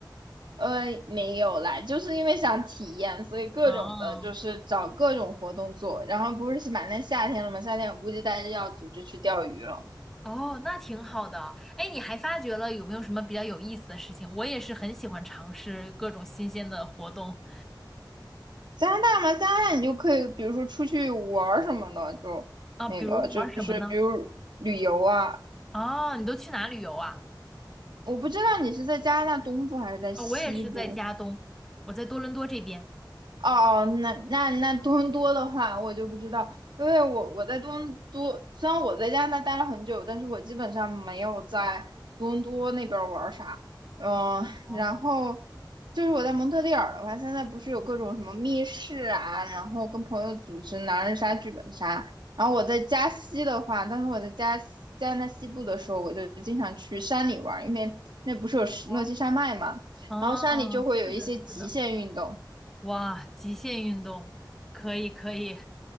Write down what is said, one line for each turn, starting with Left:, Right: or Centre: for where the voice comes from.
Right: 呃，没有啦，就是因为想体验，所以各种的就是找各种活动做。
Centre: 哦，
Right: 然后不是马上夏天了嘛，夏天我估计大家要组织去钓鱼了。
Centre: 哦，那挺好的。哎，你还发觉了有没有什么比较有意思的事情？我也是很喜欢尝试各种新鲜的活动
Right: 加拿大嘛，加拿大你就可以，比如说出去玩儿什么的，就那个就是比如旅游啊，
Centre: 啊，比如玩什么呢？哦，你都去哪旅游啊？
Right: 我不知道你是在加拿大东部还是在西部。
Centre: 哦，我也是在加东，我在多伦多这边。
Right: 哦，哦那那那多伦多的话，我就不知道，因为我我在多伦多，虽然我在加拿大待了很久，但是我基本上没有在多伦多那边玩儿啥。嗯，
Centre: 哦哦
Right: 然后就是我在蒙特利尔的话，现在不是有各种什么密室啊，然后跟朋友组织狼人杀、剧本杀。然后我在加西的话，当时我在加西加拿大西部的时候，我就经常去山里玩儿，因为那不是有石诺基山脉嘛，
Centre: 哦，哦，
Right: 然后山里就会有一些极限运动。
Centre: 是的，是的。哇，极限运动，可以可以。